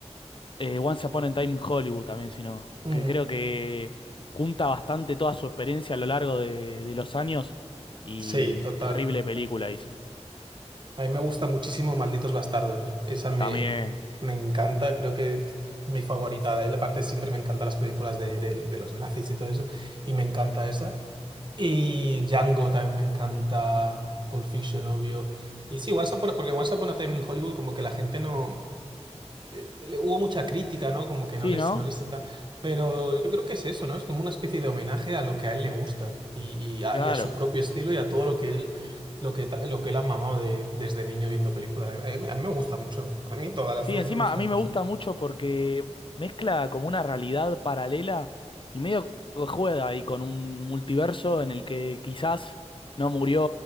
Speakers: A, on the left; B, on the right.
A: eh, Once Upon a Time in Hollywood también, sino
B: mm.
A: que creo que junta bastante toda su experiencia a lo largo de, de los años y
B: Sí, total.
A: terrible película hizo.
B: A mí me gusta muchísimo Malditos Bastardos. Esa me,
A: También.
B: me encanta, creo que es mi favorita de él. Aparte, siempre me encantan las películas de, de- de los nazis y todo eso. Y me encanta esa. Y Django también me encanta. Pulp Fiction, obvio. Y sí, Once Upon a- porque Once Upon a Time in Hollywood, como que la gente no. eh, le- hubo mucha crítica, ¿no? Como que no
A: Sí,
B: les,
A: ¿no?
B: no les senta. Pero yo creo que es eso, ¿no? Es como una especie de homenaje a lo que a él le gusta y, y a,
A: Claro.
B: y a su propio estilo y a todo lo que él, lo que, tal- lo que él ha mamado de, desde niño viendo películas. A mí, a mí- a mí me gusta mucho. A mí todas las
A: Sí,
B: de
A: encima
B: él me gustan
A: a mí
B: mucho.
A: me gusta mucho porque mezcla como una realidad paralela y medio que juega ahí con un multiverso en el que quizás no murió,